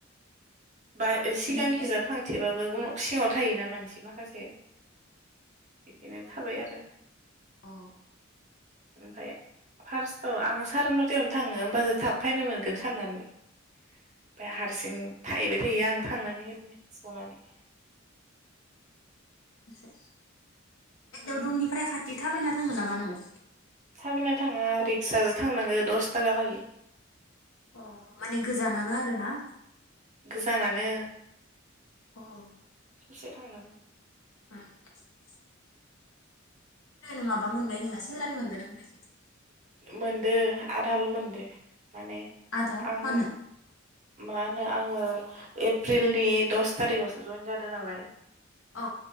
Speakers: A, on the right; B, on the left.
A: बाय सिगांखिजा
B: ओरैनोलाय
A: फांथेबाबो उन सिङाव थायोना मानसि माखासे बिदिनो थाबाय आरो।
B: औ। <inaudible>
A: ओमफाय फार्स्टाव आं साराय नथायावनो थाङो होमबासो थाब फैनो मोनगोन साननानै। ओमफाय हारसिं थाहैबाय थायो आं थांनानै ओरैनो जनानै।
B: एसे। <inaudible> एकदम
A: उम
B: रुमनिफ्राय खाथि थाबायना थाङो नामा नोङो?
A: थाबायना थाङा रिक्साजो थांनाङो दस थाखा लायो।
B: अ माने गोजानानो आरो ना?
A: गोजानानो।
B: अ। <inaudible>
A: ससे थांनांगो।
B: उम। <inaudible> ओमफ्राय नों माबा मोनबाय नोङा सेलारि मोनबायना मोनाखै? <inaudible>
A: मोनदो आदाल मोनदो। माने
B: आधा
A: आं
B: मानो
A: मा होनो आं ओ एप्रिलनि दस थारिखावसो जयेन जादों नालाय।
B: अ